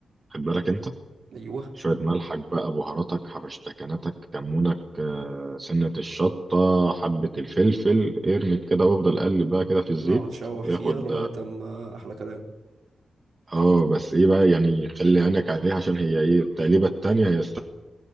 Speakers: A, on the right; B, on the right.
A: خد بالك انت
B: ايوه
A: شويه ملحك بقى بهاراتك حبشتكناتك كمونك آه سنه الشطه حبه الفلفل ارمي كده وافضل قلب بقى كده في الزيت
B: نقعد نشوح
A: ياخد
B: فيها لغاية اما احلى كلام
A: اه بس ايه بقى يعني خلي عينك عليها عشان هي ايه التقليبه التانيه هي استوت